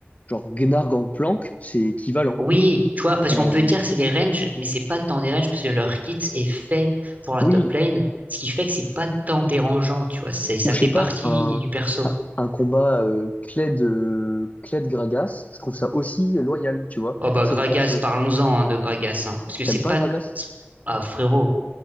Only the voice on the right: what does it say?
Oui, tu vois, parce
qu'on peut dire que c'est des ranges, mais c'est pas tant des ranges parce que leur kit est fait pour la
top lane, ce qui fait que c'est pas tant dérangeant, tu vois, c'est, ça
fait
partie
du perso.
Oh bah
Gragas,
parlons-en hein, de Gragas, hein, parce que
c'est pas...
Ah frérot,